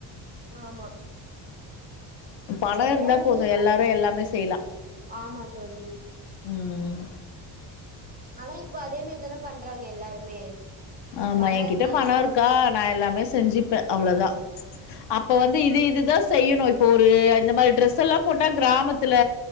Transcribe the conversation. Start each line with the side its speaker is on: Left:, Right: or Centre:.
Right: ஆமா
Left: பண
Right: வெள்ளையா
Left: இருந்தா
Right: இருக்கு
Left: போதும் எல்லாரும் எல்லாமே செ செய்லா
Right: ஆமா தோழி
Left: ம்ம்ம்
Right: ஆனா இப்ப அதே மேரி தானே பண்றாங்க எல்லாருமே.
Left: ஆமா
Right: பண
Left: என் கிட்ட
Right: இருந்தா
Left: பண
Right: என்னானாலு
Left: இருக்கா
Right: பண்
Left: நா எல்லாமே செஞ்சிப்பே. அவ்ளதா அப்ப வந்து இது இதுதா செய்யணும் இப்போ ஒரு இந்த மாரி ட்ரெஸ் எல்லாம் போட்டா கிராமத்துல.